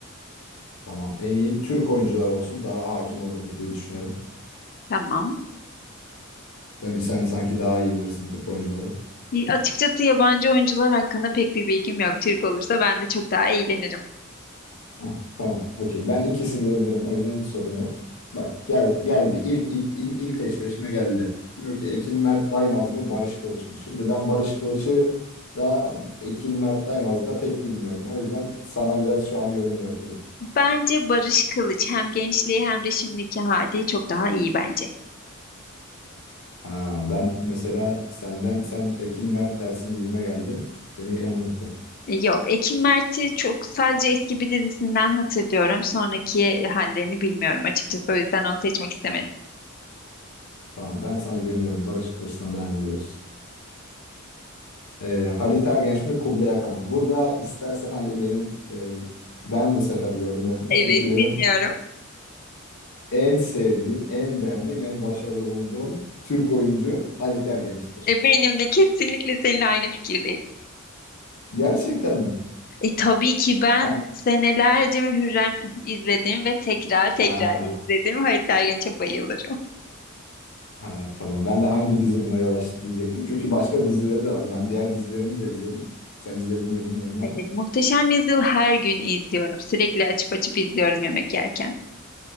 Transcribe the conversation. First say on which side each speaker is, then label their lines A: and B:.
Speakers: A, on the left; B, on the left.
A: Tamam. En iyi Türk oyuncular olsun daha hakim oluruz diye düşünüyorum.
B: Tamam.
A: Değil mi? Sen sanki daha iyi bilirsin Türk oyuncuları.
B: Y- Açıkçası yabancı oyuncular hakkında pek bir bilgim yok. Türk olursa ben de çok daha eğlenirim.
A: Heh, tamam. Okey. Ben ikisini de bilirim. O yüzden hiç sorun yok. Bak gel, geldi. İlk, ilk, ilk, ilk eşleşme geldi. Diyor ki Ekin Mert Daymaz mı Barış Kılıç mı? Şimdi ben Barış Kılıç'ı da Ekin Mert Daymaz'ı da pek bilmiyorum. O yüzden sana biraz şu an yorum bırakıyorum.
B: Bence Barış Kılıç hem gençliği hem de şimdiki hali çok daha iyi bence.
A: Ha, ben mesela senden sen Ekin Mert dersin gibime geldi. Beni yanılttın.
B: E, Yok, Ekim Mert'i çok sadece eski bir dizisinden hatırlıyorum. Sonraki hallerini bilmiyorum açıkçası. O yüzden onu seçmek istemedim.
A: Tamam ben sana güveniyorum. Barış Kılıç'tan devam ediyoruz. E, Halit Ergenç mi Kubilay Aka mı? Burada istersen hani benim e, ben bu sefer yorum yapayım.
B: Evet,
A: Çünkü benim
B: bilmiyorum.
A: en sevdiğim, en beğendiğim, en başarılı bulduğum Türk oyuncu Halit Ergenç'tir.
B: E, benim de kesinlikle seninle aynı fikirdeyim.
A: Gerçekten mi?
B: E, tabii ki ben
A: Ha,
B: senelerce Hürrem izledim ve tekrar tekrar
A: ha,
B: izledim. Halit Ergenç'e bayılırım.
A: ha, tamam. Ben de hangi dizi buna yol açtı diyecektim. Çünkü başka dizileri de var. Ben diğer dizilerini de izledim. Sen izledin mi bilmiyorum ama.
B: Evet, Muhteşem Yüzyıl her gün izliyorum. Sürekli açıp açıp izliyorum yemek yerken.